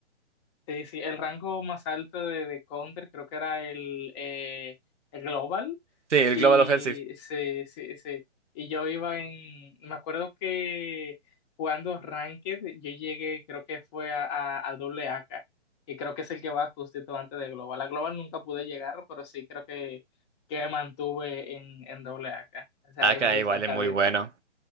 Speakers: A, on the left; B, on the right.
A: Sí, sí, el rango más alto de, de counter creo que era el, eh, el global
B: Sí, el
A: Y,
B: Global Offensive.
A: se, se, se- y yo iba en, me acuerdo que jugando Ranked, yo llegué, creo que fue a, a, a doble AK, que creo que es el que va justito antes de Global. A Global nunca pude llegar, pero sí creo que, que me mantuve en, en doble AK. O sea,
B: AK
A: ahí medio
B: igual
A: estancadito.
B: es muy bueno.